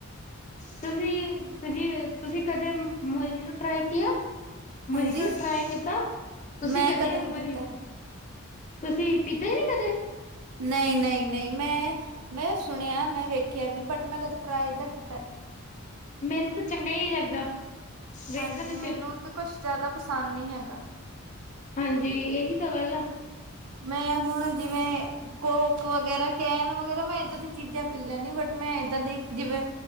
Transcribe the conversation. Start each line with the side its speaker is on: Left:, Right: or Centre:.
Left: ਤੁਸੀਂ ਤੁਸੀ ਤੁਸੀਂ ਕਦੇ ਮੋਜੀਤੋਂ ਟਰਾਈ ਕਿਆ। ਮਜੀਤੋਂ
Right: ਹਾਂਜੀ
Left: ਟਰਾਏ ਕੀਤਾ ਤੁਸੀਂ
Right: ਮੈਂ
Left: ਕਦੇ ਮੋਜਿਤੋ।
Right: ਨੀ ਕੀਤਾ
Left: ਤੁਸੀਂ ਪੀਤਾ ਹੀ ਨੀ ਕਦੇ?
Right: ਨਹੀਂ, ਨਹੀਂ, ਨਹੀਂ ਮੈਂ ਮੈਂ ਸੁਣਿਆ ਮੈਂ ਵੇਖਿਆ ਵੀ ਬਟ ਮੈਂ ਕਦੇ ਟਰਾਈ ਕੀਤਾ ਨੀ।
Left: ਮੈਨੂੰ ਤਾਂ ਚੰਗਾ ਹੀ ਨਹੀਂ ਲੱਗਦਾ। ਵੇਖਣ
Right: ਹਾਂਜੀ, ਮੈਨੂੰ
Left: ਚ
Right: ਤਾਂ ਕੁਛ ਜ਼ਿਆਦਾ ਪਸੰਦ ਨਹੀਂ ਹੈਗਾ।
Left: ਹਾਂਜੀ, ਇਹੀ ਤਾਂ ਗੱਲ ਆ।
Right: ਮੈਂ ਹੁਣ ਜਿਵੇਂ। ਕੋਕ ਵਗੈਰਾ, ਕੈਨ ਵਗੈਰਾ, ਮੈਂ ਇਹਦਾਂ ਦੀ ਚੀਜਾਂ ਪੀ ਲੈਂਨੀਂ ਹਾਂ। ਬਟ ਮੈਂ ਇਹਦਾਂ ਦੇ ਜਿਵੇਂ